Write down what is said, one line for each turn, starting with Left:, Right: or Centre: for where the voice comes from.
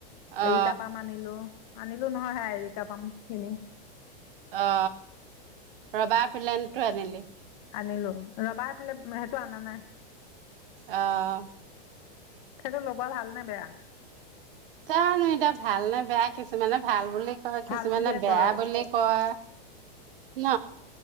Right: অ
Left: এৰিকাপাম আনিলো। আনিলো নহয় হেয়া এৰিকাপাম খিনি।
Right: অ ৰবাৰ্ট প্লেনটো আনিলি।
Left: আনিলো ৰবা প্লেন সেইটো আনা নাই।
Right: অ
Left: সেইটো লগোৱা ভাল নে বেয়া।
Right: যানো এতিয়া ভাল নে বেয়া কিছু মানে ভাল বুলি আৰু কিছুমানে
Left: ভাল বুলিয়ে
Right: বেয়া
Left: কয়
Right: বুলি কয় ন